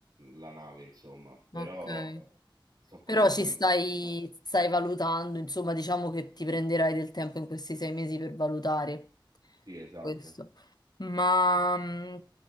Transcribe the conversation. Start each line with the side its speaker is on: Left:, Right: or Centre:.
Right: la nave, insomma, però
Left: ok.
Right: sto cominciando
Left: Però ci stai,
Right: a...
Left: stai valutando, insomma, diciamo che ti prenderai del tempo in questi sei mesi per valutare
Right: Sì, esatto.
Left: questo. Ma mh,